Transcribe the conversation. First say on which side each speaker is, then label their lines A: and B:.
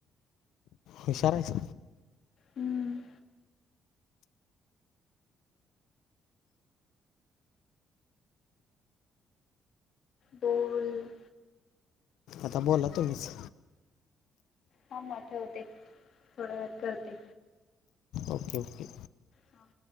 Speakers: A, on the left; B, on the left.
A: हुशार आहेस.
B: हम्म. बोल.
A: आता बोला तुम्हीच.
B: हा म ठेवते थोड्या वेळात करते.
A: Okay okay.
B: हां.